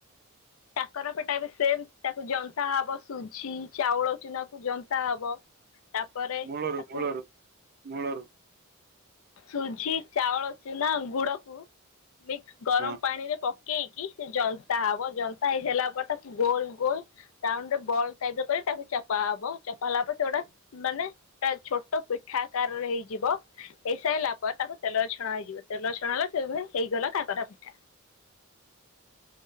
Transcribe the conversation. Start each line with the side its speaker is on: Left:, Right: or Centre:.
Left: କାକରା ପିଟା ବି ସେମ୍, ତାକୁ ଜନ୍ତା ହବ ସୁଝି ଚାଉଳ ଚୁନାକୁ ଜନ୍ତା ହବ। ତାପରେ
Right: ମୂଳରୁ
Left: ତାକୁ
Right: ମୂଳରୁ ମୂଳରୁ
Left: ସୁଝି, ଚାଉଳ ଚୁନା, ଗୁଡକୁ ମିକ୍ସ ଗରମ
Right: ହଁ
Left: ପାଣିରେ ପକ୍ କେଇକି ସେ ଜନ୍ତା ହବ। ଜନ୍ତା ହେଇସାଇଲା ପରେ ତାକୁ ଗୋଲ୍ ଗୋଲ୍ ରାଉଣ୍ଡ ରେ ବଲ୍ ଟାଇପ୍ ର କରି ତାକୁ ଚପା ହବ। ଚପା ହେଲା ପରେ ସେଗୋଟା ମାନେ ତା ଛୋଟ ପିଠା ଆକାରରେ ହେଇଯିବ। ହେଇସାଇଲା ପରେ ତାକୁ ତେଲରେ ଛଣା ହେଇଯିବ। ତେଲରେ ଛଣା ହେଲେ ସେ ଭାଇ ହେଇଗଲା କାକରା ପିଠା।